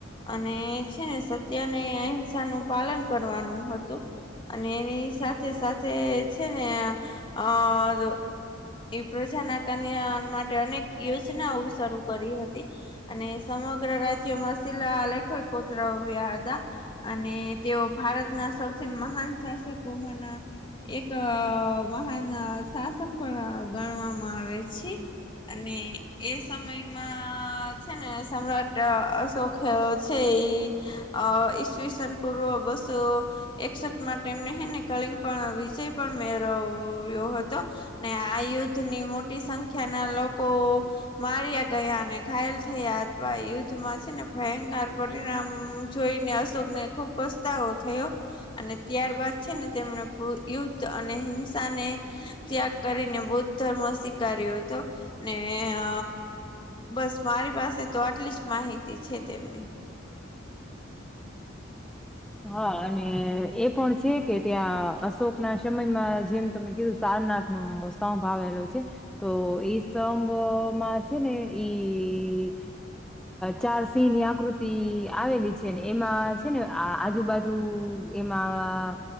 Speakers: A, on the left; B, in the centre.
A: અને છે ને સત્યને, અહિંસા નું પાલન કરવાનું હતું. અને એની સાથે સાથે છે ને, ઓર એ પ્રજા ના કલ્યાણ માટે અનેક યોજ જનાઓ શરૂ કરી હતી, અને સમગ્ર રાજ્યમાં શિલા લેખકો કો તરાવ્યા હતા, અને તેઓ ભારતના સૌથી મહાન શાસકોમાંના એક મહાન શાસક પણ ગણવામાં આવે છે. અને એ સમયમાં છે ને, સમ્રાટ અશોક છે ઇ. અ ઈસવીસન પૂર્વ બસો એકસઠ માટે એમને હે ને, કલિંગ પણ વિસય પણ મેળવ્યો હતો. ને આ યુદ્ધ ની મોટી સંખ્યા ના લોકો માર્યા ગયા, અને ઘાયલ થયા, અથવા યુદ્ધમાં છે ને ભયંકર પરિણામ જોઈને અશોક ને ખુબ પસ્તાવો થયો. અને ત્યારબાદ છે ને, તેમને પુરું યુદ્ધ અને હિંસા ને ત્યાગ કરીને, બૌદ્ધ ધર્મ સ્વીકારાર્યો હતો, ને ને અ, બસ મારી પાસે તો આટલી જ માહિતી છે, તેમની.
B: હા, અને એ પણ છે કે, ત્યાં અશોક ના સમયમાં જેમ તમે કીધું સારનાથ નો સ્તંભ આવેલો છે. તો ઈ સ્તભ માં છે ને ઈ ચાર સિંહ ની આકૃતિ આવેલી છે, ને એમાં છે ને. આજુબાજુ એમાં